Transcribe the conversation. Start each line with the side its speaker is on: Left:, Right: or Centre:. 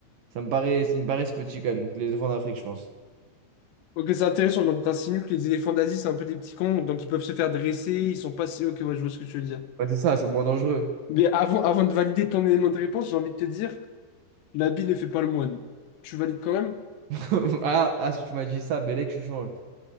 Right: ça me paraît, ils me paraissent petits quand même. Donc, les éléphants d'Afrique, je pense.
Left: Ok, c'est intéressant. Donc, t'insinues que les éléphants d'Asie, c'est un peu des petits cons, donc ils peuvent se faire dresser, ils sont pas si... Ok, ouais, je vois ce que tu veux dire.
Right: Ouais, c'est ça, c'est moins dangereux.
Left: Mais avant, avant de valider ton élément de réponse, j'ai envie de te dire, L'habit ne fait pas le moine. Tu valides quand même?
Right: <laughs> Ah, ah, si tu m'as dit ça, Bellec, je change.